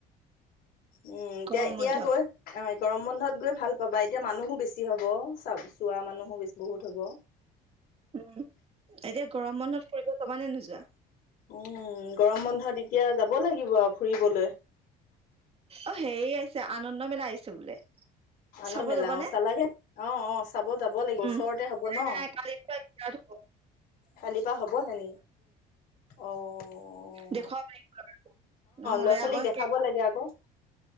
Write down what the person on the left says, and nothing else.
উম এতিয়া
এতিয়া
গৈ অ' গৰম বন্ধত গৈ ভাল পাবা এতিয়া মানুহো বেছি হ'ব চা চোৱা মানুহো বেছ বহুত হ'ব।
উম গৰম বন্ধত এতিয়া যাব লাগিব আও ফুৰিবলৈ।
আনৰ
মেলা
অ চালাগে অ অ চাব যাব লাগিব
ওচৰতে
হ'ব ন
কালিৰ পৰা হ'ব হেনি অ' অ'
ল'ৰা ছোৱালীক
দেখাব লাগে আকৌ